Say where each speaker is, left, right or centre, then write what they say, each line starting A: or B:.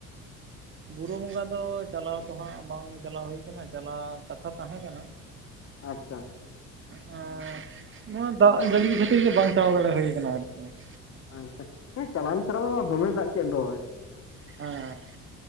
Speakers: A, on the right (about 30°); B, on the left (about 35°).
A: ᱵᱩᱨᱩ ᱵᱚᱸᱜᱟ ᱫᱚ ᱪᱟᱞᱟᱣ ᱫᱚ ᱦᱟᱸᱜ ᱵᱟᱝ ᱪᱟᱞᱟᱣ ᱦᱩᱭ ᱟᱠᱟᱱᱟ ᱪᱟᱞᱟᱣ ᱠᱟᱛᱷᱟ ᱛᱟᱦᱮᱸ ᱠᱟᱱᱟ
B: ᱟᱪᱪᱷᱟ ᱾
A: ᱟᱸᱜ ᱱᱚᱣᱟ ᱫᱟᱜᱽ ᱡᱟᱹᱲᱤ ᱠᱷᱟᱹᱛᱤᱨ ᱜᱮ ᱵᱟᱝ ᱪᱟᱞᱟᱣ ᱫᱟᱲᱮ ᱦᱩᱭ ᱟᱠᱟᱱᱟ ᱟᱨᱠᱤ ᱾
B: ᱟᱪᱪᱷᱟ ᱦᱮᱸ ᱪᱟᱞᱟᱣ ᱥᱮᱨᱢᱟ ᱢᱟ ᱫᱚᱢᱮ ᱫᱟᱜᱽ ᱠᱮᱫ ᱫᱚᱭ ᱾
A: ᱦᱟᱸ ᱾